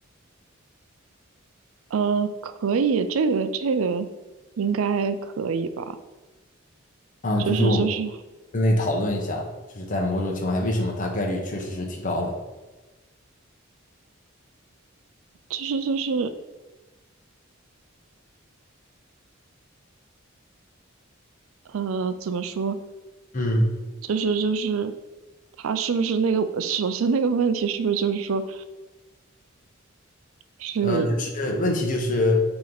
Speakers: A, on the right; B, on the left.
A: 呃，可以，这个这个应该可以吧？
B: 啊，
A: 就是就是
B: 就是我们分类讨论一下，就是在某种情况下，为什么它概率确实是提高了？
A: 就是就是呃，怎么说？
B: 嗯。
A: 就是就是他是不是那个？首先那个问题是不是就是说是
B: 呃，就是问题就是，